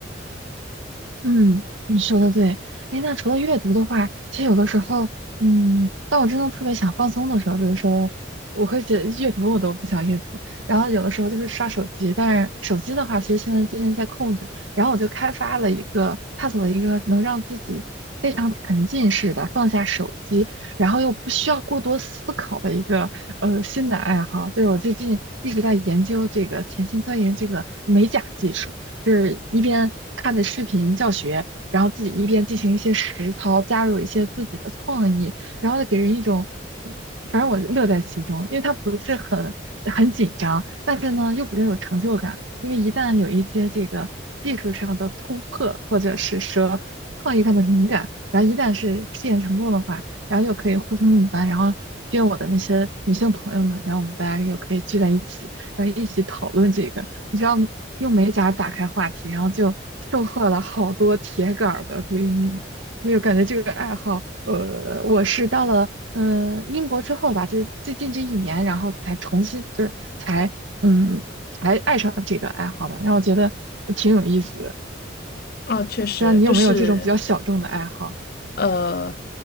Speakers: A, on the right; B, on the left.
A: 嗯，你说的对。哎，那除了阅读的话，其实有的时候，嗯，当我真的特别想放松的时候，比如说，我会觉得阅读我都不想阅读，然后有的时候就是刷手机，但是手机的话，其实现在渐渐在控制。然后我就开发了一个，探索了一个能让自己非常沉浸式的放下手机，然后又不需要过多思考的一个呃新的爱好，就是我最近一直在研究这个潜心钻研这个美甲技术。是一边看着视频教学，然后自己一边进行一些实操，加入一些自己的创意，然后给人一种，嗯反正我乐在其中，因为它不是很很紧张，但是呢又比较有成就感，因为一旦有一些这个技术上的突破，或者是说创意上的灵感，然后一旦是试验成功的话，然后又可以呼朋引伴，然后约我的那些女性朋友们，然后我们大家又可以聚在一起。然后一起讨论这个，你知道，用美甲打开话题，然后就收获了好多铁杆儿的闺蜜。所以我感觉这个爱好，呃，我是到了嗯、呃英国之后吧，就是最近这一年，然后才重新就是才嗯才爱上这个爱好的，然后我觉得挺有意思的。
B: 哦，确实就是
A: 不知道你有没有这种比较小众的爱好？
B: 呃，